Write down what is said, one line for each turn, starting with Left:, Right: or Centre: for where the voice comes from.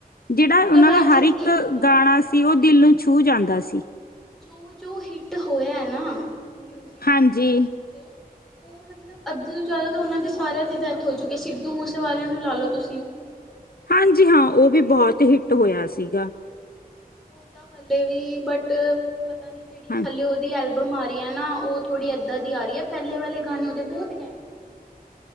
Left: ਜਿਹੜਾ
Centre: ਮਤਲਬ
Left: ਉਹਨਾਂ
Centre: ਮੈਂ
Left: ਦਾ
Centre: ਇਹ ਚੀਜ਼
Left: ਹਰ ਇੱਕ
Centre: ਦੇਖਿਆ
Left: ਗਾਣਾ ਸੀ ਉਹ
Centre: ਕਿ
Left: ਦਿਲ ਨੂੰ ਛੂਹ ਜਾਂਦਾ ਸੀ
Centre: ਜੋ ਜੋ ਹਿੱਟ ਹੋਇਆ ਐ ਨਾ, ਮਿਊਜ਼ਿਕ
Left: ਹਾਂਜੀ
Centre: ਚ ਉਹ ਮਤਲਬ ਅੱਧੇ ਤੋਂ ਜ਼ਿਆਦਾ ਤਾਂ ਉਹਨਾਂ ਦੀ ਸਾਰਿਆਂ ਦੀ ਡੈਥ ਹੋ ਚੁੱਕੀ, ਸਿੱਧੂ ਮੂਸੇਵਾਲੇ ਨੂੰ ਲਾ ਲਓ ਤੁਸੀਂ।
Left: ਹਾਂਜੀ ਹਾਂ ਉਹ ਵੀ ਬਹੁਤ ਹਿੱਟ ਹੋਇਆ ਸੀਗਾ।
Centre: ਉਹ ਤਾਂ ਹਾਲੇ ਵੀ ਬਟ, ਪਤਾ ਨੀ ਜਿਹੜੀ
Left: ਹਾਂ
Centre: ਹਲੇ ਉਹਦੀ ਐਲ ਬਿਮਾਰੀ ਆ ਨਾ, ਉਹ ਥੋੜ੍ਹੀ ਇਦਾਂ ਦੀ ਆ ਰਹੀ ਹੈ, ਪਹਿਲੇ ਵਾਲੇ ਗਾਣੇ ਉਹਦੇ ਬਹੁਤ ਘੈਂਠ ਸੀਗੇ।